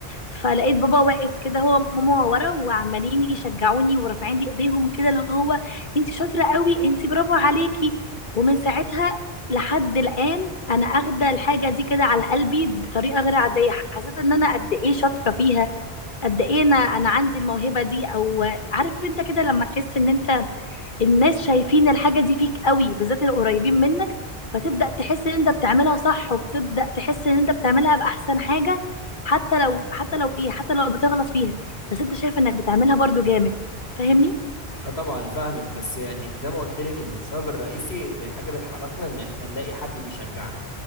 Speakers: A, on the left; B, on the left.
A: فلقيت بابا واقف كده هو وماما ورا وعمالين يشجعوني ورافعين لي ايديهم كده اللي هو انت شاطره قوي انت برافو عليكي ومن ساعتها لحد الان انا اخده الحاجه دي كده على قلبي بطريقه غير عاديه حسيت ان انا قد ايه شاطره فيها قد ايه انا انا عندي الموهبه دي او عارف انت كده لما تحس ان انت الناس شايفين الحاجه دي فيك قوي بالذات القريبين منك فتبدا تحس ان انت بتعملها صح وبتبدا تحس ان انت بتعملها باحسن حاجه حتى لو حتى لو ايه حتى لو بتغلط فيها بس انت شايف انك بتعملها برضو جامد فاهمني
B: اه طبعا فاهمك بس يعني زي ما قلت لك ان السبب الرئيسي في الحاجه اللي اتحركنا ان احنا نلاقي حد بيشجعنا